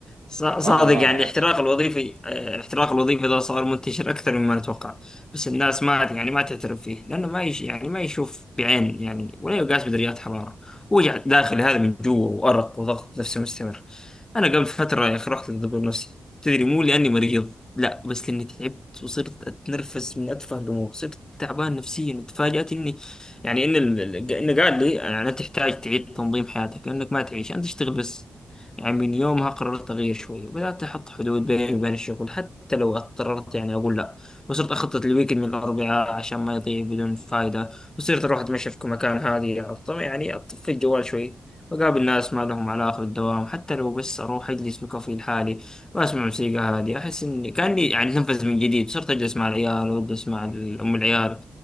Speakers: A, on the left; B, on the right.
A: صا-
B: سبحان
A: صادق
B: الله
A: يعني
B: يعني
A: الاحتراق الوظيفي آه، الاحتراق الوظيفي ده صار منتشر اكثر مما نتوقع بس الناس ما يعني ما تعترف فيه لانه ما يش يعني ما يشوف بعين يعني ولا يقاس بدرجات حراره وجع داخل هذا من جوا وارق وضغط نفسي مستمر انا قبل فتره يا اخي رحت للدكتور نفسي تدري مو لاني مريض لا بس لاني تعبت وصرت اتنرفز من اتفه الامور صرت تعبان نفسيا تفاجأت اني يعني ان ال... ال- انه قال لي يعني انت تحتاج تعيد تنظيم حياتك لانك ما تعيش انت تشتغل بس يعني من يومها قررت أغير شوي وبدأت أحط حدود بيني وبين الشغل حتى لو اضطررت يعني أقول لا وصرت أخطط الويكند من الأربعاء عشان ما يضيع بدون فايدة وصرت أروح أتمشى في مكان هادي أط- يعني أطفي الجوال شوي وأقابل ناس ما لهم علاقة بالدوام حتى لو بس أروح أجلس بكوفي لحالي وأسمع موسيقى هادية أحس إني كأني يعني أتنفس من جديد صرت أجلس مع العيال وأجلس مع ال- أم العيال